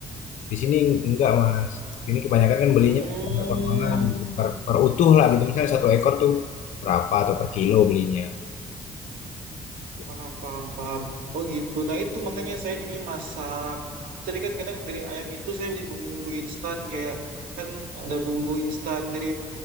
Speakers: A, on the left; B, on the right.
A: Di sini enggak, Mas. Ini kebanyakan kan belinya
B: Hmm.
A: per potongan, per, per utuh lah gitu. Misalnya satu ekor tuh berapa atau per kilo belinya gitu.
B: Paham, paham, paham. Oh gitu. Nah itu makanya saya jadi masak. Jadi kan kadang dari ayam itu saya beli bumbu-bumbu instan kayak kan ada bumbu instan dari